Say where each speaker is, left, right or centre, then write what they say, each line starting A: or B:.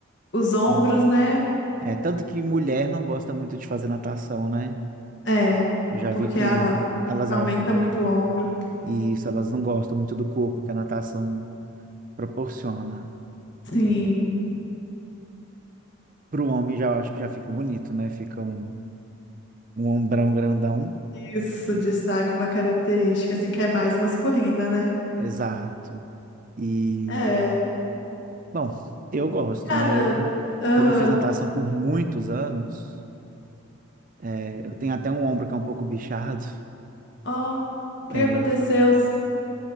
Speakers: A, on the left; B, on the right.
A: Os ombros,
B: A-
A: né?
B: É, tanto que mulher não gosta muito de fazer natação, né?
A: É,
B: Eu já
A: porque
B: vi que
A: ela
B: elas
A: aumenta
B: acham, é,
A: muito o ombro.
B: e isso, elas não gostam muito do corpo que a natação proporciona.
A: Sim.
B: Para o homem, já eu acho que já fica bonito, né? Fica um, um ombrão grandão.
A: Isso destaca uma característica, assim, que é mais masculina, né?
B: Exato. E,
A: É.
B: bom, eu gosto,
A: Cara,
B: né? Eu,
A: aham.
B: como eu fiz natação por muitos anos, é, eu tenho até um ombro que é um pouco bichado.
A: Ó, o que
B: É,
A: que aconteceu?